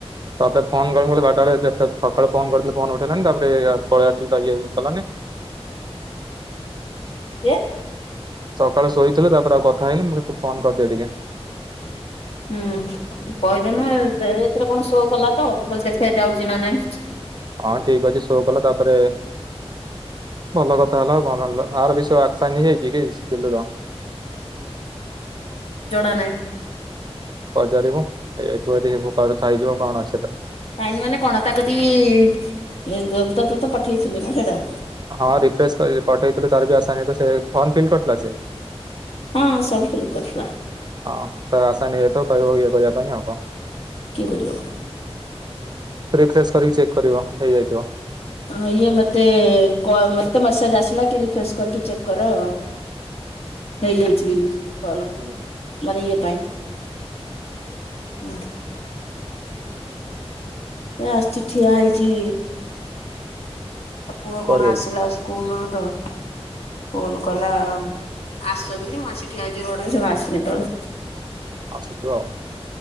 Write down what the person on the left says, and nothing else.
ଇଏ
ହୁଁ କହିଲ ନାଁ ଦା ଏଥିରେ କଣ ସୋ କଲା ତ ମୁଁ କହିଲି ଦେଖିଆ ଯାଉଚି ନା ନାଇଁ।
ଜଣା ନାଇଁ।
ସାଇନ୍ ମାନେ କଣ ତା କତି ଏ ଦୋ ତତେ ତ ପଠେଇଥିଲେ ନାଁ ହେଟା?
ହଁ ସବୁ ଫିଲ୍ କରଥିଲା।
କିଏ କରିବ?
ହଁ ଇଏ ମତେ କ ମତେ ତ ମସେଜ ଆସିଲା କି ରିଫ୍ରେସ କରିକି ଚେକ୍ କର। ହେଇଯାଇଛି ବୋଲି କଲ।
ମୋର ଇଏ ପାଇଁ ନା ଏ ଆସିଚି ଠିଆ ହେଇଚି ଆଉ ପୁଅ
କଣ
ଆସିଲା ସ୍କୁଲରୁ ତ। ଫୋନ କଲା ଆସ ବୋଲି ମୁଁ ଆସିକି ଠିଆ ହେଇଚି ରୋଡରେ ସେ କଁ ଆସିନି ଏତୋଳ ହେ